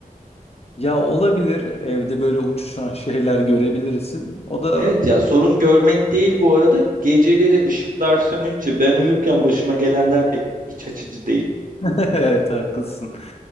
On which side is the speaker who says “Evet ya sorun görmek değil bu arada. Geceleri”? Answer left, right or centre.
Right